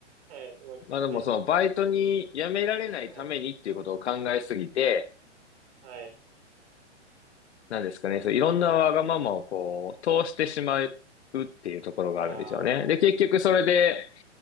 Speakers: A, on the right; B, on the left.
A: はい。まあ、きつい。
B: まあでもそのバイトに辞められないためにっていうことを考えすぎて、
A: はい。はい。
B: なんですかね、そういろんなわがままをこう、通してしまうっていうところがあるんですよね。
A: あ
B: で、結局それで、